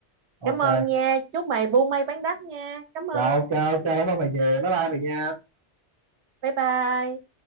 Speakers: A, on the right; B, on the right.
A: ok
B: cảm ơn nha chúc mày buôn may bán đắt nha cảm
A: rồi
B: ơn
A: ok ok cảm ơn mày nhiều bye bye mày nha
B: bye bye